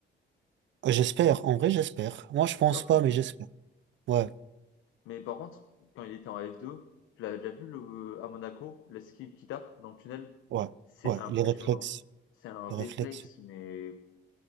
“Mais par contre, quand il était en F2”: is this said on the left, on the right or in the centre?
Left